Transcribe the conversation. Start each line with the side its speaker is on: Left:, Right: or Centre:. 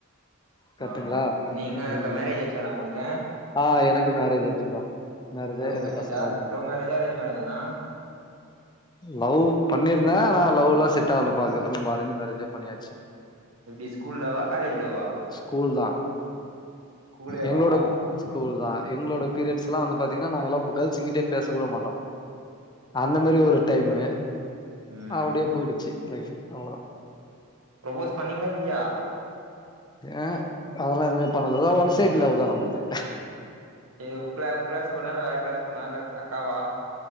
Left: கரெக்ட்டுங்களா
Right: ஆ நீங்க
Left: ம்
Right: கண்ணாடியாயிடுச்சானா உங்களுக்கு
Left: ஆ எனக்கு மேரேஜ் ஆயிடுச்சுப்பா மேரேஜ்
Right: லவ்
Left: ஆயி ரெண்டு
Right: மேரேஜா
Left: பசங்களு இருக்காங்க
Right: லவ் மேரேஜா அரேஞ் மேரேஜானா
Left: லவ் பண்ணிருந்தே ஆனா லவ் லா செட் ஆகல பா அதுகப்றம்மா நம்ம அரேஞ் மேரேஜே பண்ணியாச்சு
Right: எப்டி ஸ்கூல் லவ்வா காலேஜ் லவ்வா
Left: ஸகூல் தா
Right: ஸ்கூலேவா
Left: எங்களோட
Right: ஆ
Left: ஸ்கூல் தான் எங்களோட பீரியட்ஸ் எல்லாம் வந்து பாத்தீங்கன்ன நாங்க எல்லாம் கேர்ள்ஸ்ங்கிட்டயே பேச கூட மாட்டோம் அந்த மாரி ஒரு டைமு
Right: ம்
Left: அப்டியே போயிடுச்சு லைஃப் அவ்ளவுதா
Right: ப்ரோபஸ் பண்ணீங்ளா இல்லையா
Left: ஆ அதெல்லாம் எதுவுமே பண்ல அதா ஒன் சைடு லவ் தா நம்மது
Right: இது உங்க உங்க கிளாஸ் பொண்ணா இல்ல வேற கிளாஸ் பொண்ணா அக்காவா